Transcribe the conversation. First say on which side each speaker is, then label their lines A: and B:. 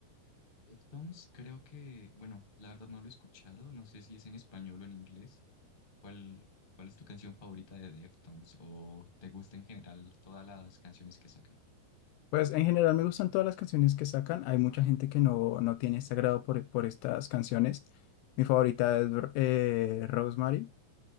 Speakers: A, on the left; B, on the left.
A: Deftones, creo que, bueno, la verdad no lo he escuchado, no sé si es en español o en inglés. ¿Cuál, cuál es tu canción favorita de Deftones o te gusta en general todas las canciones que sacan?
B: Pues en general me gustan todas las canciones que sacan. Hay mucha gente que no, no tiene ese agrado por, por estas canciones. Mi favorita es eh, Rosemary